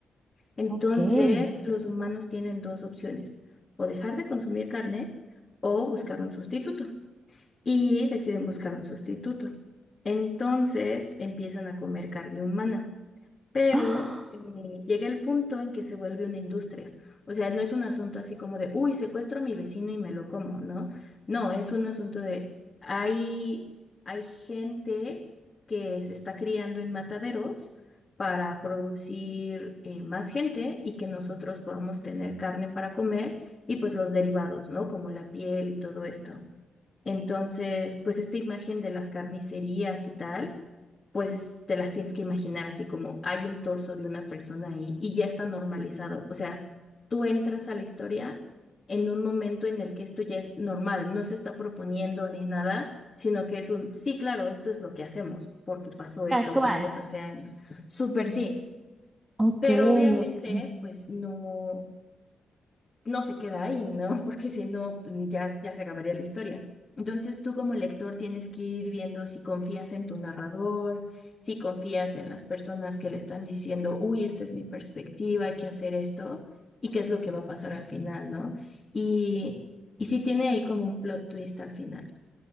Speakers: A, on the left; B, on the right.
A: Entonces,
B: Ok. <gasps>
A: los humanos tienen dos opciones, o dejar de consumir carne o buscar un sustituto. Y deciden buscar un sustituto. Entonces, empiezan a comer carne humana pero
B: ¡Ah!
A: eh, llega el punto en que se vuelve una industria. O sea, no es un asunto así como de, uy, secuestro a mi vecino y me lo como, ¿no? No, es un asunto de, hay, hay gente que se está criando en mataderos para producir eh, más gente y que nosotros podamos tener carne para comer y pues los derivados, ¿no? Como la piel y todo esto. Entonces, pues esta imagen de las carnicerías y tal, pues te las tienes que imaginar así como hay un torso de una persona ahí y ya está normalizado. O sea, tú entras a la historia en un momento en el que esto ya es normal, no se está proponiendo ni nada, sino que es un, sí, claro, esto es lo que hacemos porque pasó esta
B: Casual.
A: otra cosa hace años. Súper sí,
B: Ok,
A: pero obviamente,
B: ok.
A: pues no no se queda ahí, ¿no? <laughs> Porque si no, mm, ya, ya se acabaría la historia. Entonces tú como lector tienes que ir viendo si confías en tu narrador, si confías en las personas que le están diciendo, uy, esta es mi perspectiva, hay que hacer esto, y qué es lo que va a pasar al final, ¿no? Y, y si tiene ahí como un plot twist al final.